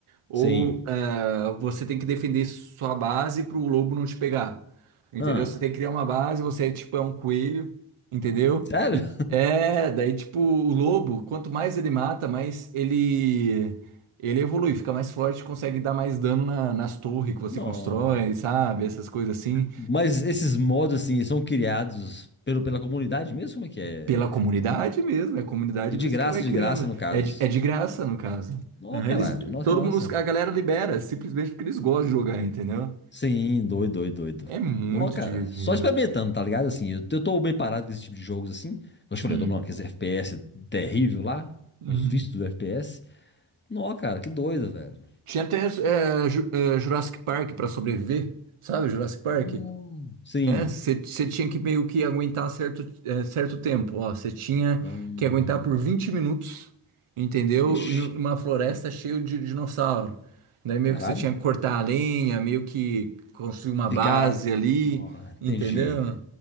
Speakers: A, on the right; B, on the left.
A: ou
B: Sim.
A: eh, você tem que defender sua base para o lobo não te pegar, entendeu?
B: Ah,
A: Você tem que criar uma base, você é tipo é um coelho, entendeu?
B: sério?
A: E é, daí tipo o lobo, quanto mais ele mata, mais ele ele evolui, fica mais forte, consegue dar mais dano na- nas torres que
B: Não.
A: você constrói, sabe? Essas coisas assim,
B: Mas esses mods, assim, são criados pelo, pela comunidade mesmo? Como é que é?
A: pela comunidade
B: E,
A: mesmo, é a comunidade
B: e de
A: mesmo
B: graça,
A: que vai criando,
B: de graça, no caso.
A: é de, é de graça no caso.
B: Nó,
A: Aham,
B: caralho.
A: Eles,
B: Nossa,
A: todo
B: que massa.
A: mundo, a galera libera, simplesmente porque eles gostam de jogar, entendeu?
B: Sim, doido, doido, doido.
A: É muito
B: Nó, cara.
A: divertido.
B: Só experimentando, tá ligado? Assim, eu, eu tô bem parado com esse tipo de jogos, assim. Eu te
A: Hum,
B: falei, eu tô naqueles FPS terrível lá.
A: hum.
B: Os vícios do FPS. Nó, cara, que doido, velho.
A: Tinha até é, Ju- é, Jurassic Park para sobreviver, sabe? Jurassic Park.
B: Hum, sim.
A: Você tinha que meio que aguentar certo, é, certo tempo. Ó, você tinha
B: Hum,
A: que aguentar por 20 minutos, entendeu?
B: vixe,
A: Nu- Numa floresta cheia de dinossauro. Daí meio
B: caralho.
A: que você tinha que cortar a lenha, meio que construir uma
B: Ficar...
A: base ali,
B: Nó, entendi.
A: entendeu?